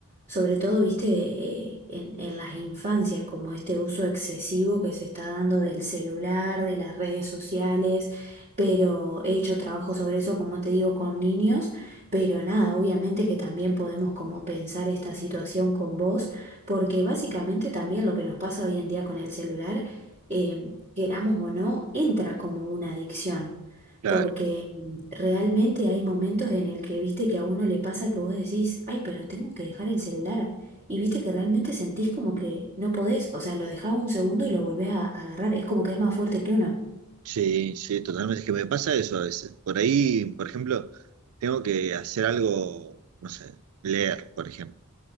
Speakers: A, on the right; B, on the right.
A: sobre todo, viste, eh, en, en las infancias, como este uso excesivo que se está dando del celular, de las redes sociales, pero he hecho trabajo sobre eso, como te digo, con niños, pero nada, obviamente que también podemos como pensar esta situación con vos, porque básicamente también lo que nos pasa hoy en día con el celular, eh, queramos o no, entra como una adicción
B: Claro,
A: porque Realmente hay momentos en el que viste que a uno le pasa que vos decís, ay, pero tengo que dejar el celular. Y viste que realmente sentís como que no podés, o sea, lo dejás un segundo y lo volvés a, a agarrar. Es como que es más fuerte que uno.
B: sí, sí, totalmente. Es que me pasa eso a veces. Por ahí, por ejemplo, tengo que hacer algo, no sé, leer, por ejemplo,